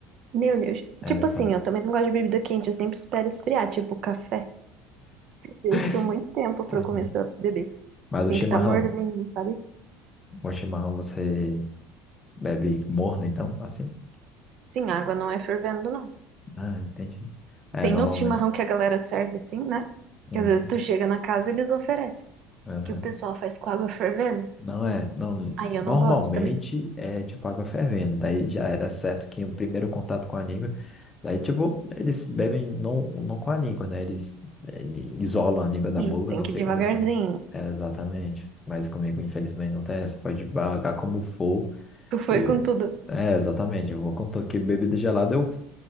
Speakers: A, on the right; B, on the left.
A: Meu Deus.
B: É,
A: Tipo
B: exato.
A: assim, eu também não gosto de bebida quente, eu sempre espero esfriar, tipo café. Deixo
B: <laughs>
A: muito tempo pra
B: Entendi.
A: eu começar a beber.
B: Mas o
A: Tem
B: chimarrão,
A: que estar tá morninho, sabe?
B: o chimarrão você bebe morno, então? Assim?
A: Sim, a água não é fervendo, não.
B: Ah, entendi. É,
A: Tem
B: normalmente.
A: uns chimarrão que a galera serve assim, né?
B: Uhum,
A: Que às vezes tu chega na casa e eles oferecem.
B: uhum.
A: Que o pessoal faz com água fervendo.
B: Não é, não,
A: Aí eu
B: normalmente
A: não gosto também.
B: é tipo água fervendo, daí já era certo que o primeiro contato com a língua, daí tipo, eles bebem não, não com a língua, né? Eles, eles isolam a língua
A: Sim.
B: da boca,
A: Tem
B: não
A: que
B: sei
A: ir devagarzinho.
B: como eles fazem. É, exatamente, mas comigo infelizmente não tem essa, pode pagar como for,
A: Tu foi
B: eu,
A: com tudo.
B: é, exatamente, eu vou, como tô aqui bebida gelada, eu,